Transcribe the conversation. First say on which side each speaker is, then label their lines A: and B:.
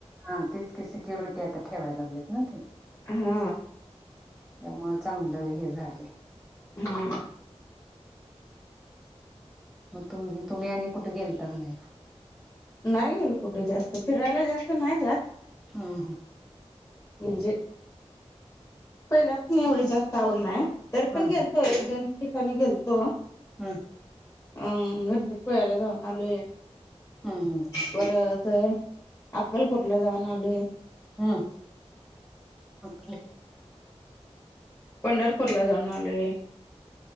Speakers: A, in the centre; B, on the left (about 20°).
A: हा तीच की सिक्युरिटी आता ठेवाय लागलेत, ना
B: हा
A: त्यामुळ चांगलं हे झालेय.
B: हा
A: मग तुम तुम्ही आणि कुठे गेलता का? नाहीत.
B: नाही गेलो कुठे जास्त फिरायला जास्त नाही जात
A: हम हा
B: म्हणजे पहिल्या पण एवढी जास्त आवड नाही तर
A: हम्म
B: पण गेलतो एक दोन ठिकाणी गेलतो
A: हम
B: अं गणपतीपुळ्याला जाऊन आलोय,
A: हम्म हम्म हम्म
B: परत अक्कलकोट ला जाऊन आलोय
A: हम् ओक
B: पंढरपूर ला जाऊन आलोय